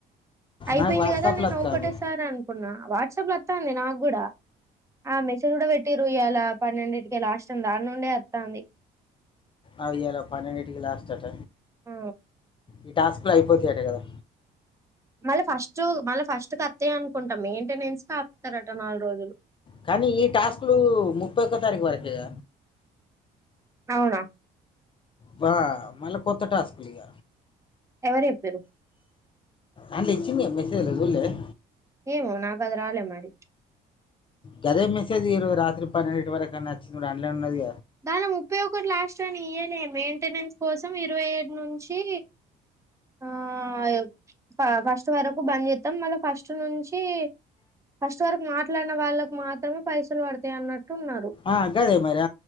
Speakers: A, on the right (about 15°); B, on the left (about 30°).
A: అయిపోయింది
B: నాకు వాట్సాప్లో
A: కదా నేను
B: వస్తుంది
A: ఒకటే సార్ అనుకున్నా వాట్సాప్ లో వస్తాంది నాకు కూడా ఆ మెసేజ్ కూడా పెటిరు ఇ్యాల పన్నెండింటికే లాస్ట్ ట దాని నుండే వత్తంది
B: అదిగలో పని ఇటికి లాస్ట్ట
A: ఆ
B: ఈ టాస్క్లో అయిపోతాయట కదా
A: మళ్ళీ ఫస్ట్ మళ్ళీ ఫస్ట్ కస్తాయ అనుకుంటాం మెయింటెనెన్స్ క ఆతారట నాలుగు రోజులు
B: కానీ ఈ టాస్కులు ముప్పై ఒ తారీఖు వరకుేద
A: అవునా
B: బా మ కొత్త టసుకులియ
A: ఎవరు చెప్పరు
B: అందుచ్చి మీ మసజలుదులేదు
A: ఏమో నాకు అది రాలే మరి
B: గదే మెసేజ ఈ రాత్రి పన్నెండుటి వరకు అన్నా నచ్చింది అన్లైన్ ఉన్నది
A: దానిం ముప్పై ఒకటి లాస్ట్ అని ఇయనే మెయింటెనెన్స్ కోసం ఇరవై ఏడు నుంచి ఆ ఫస్ట్ వరకు బనిిత్తాం మళ్ళీ ఫస్ట్ నుంచి ఫస్ట్ వరకు మాట్లాడిన వాళ్ళకు మాత్రమే పైసలు పడతాయి అన్నట్టు ఉన్నారు
B: ఆ గదే మరి